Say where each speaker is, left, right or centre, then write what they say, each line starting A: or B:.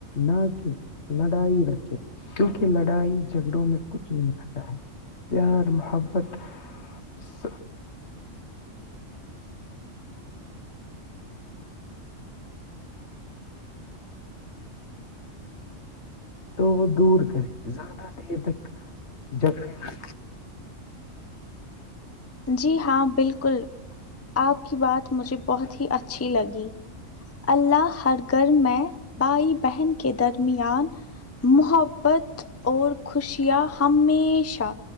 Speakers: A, on the left (about 55°); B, on the left (about 15°).
A: نہ کہ لڑائی رکھے کیونکہ لڑائی جھگڑوں میں کچھ نہیں ہوتا ہے پیار محبت <inaudible> <unintelligible> تو وہ دور کر کے زیادہ دیر تک جھگڑے نہ
B: جی ہاں بالکل آپ کی بات مجھے بہت ہی اچھی لگی اللہ ہر گھر میں بھائی بہن کے درمیان محبت اور خوشیاں ہمیشہ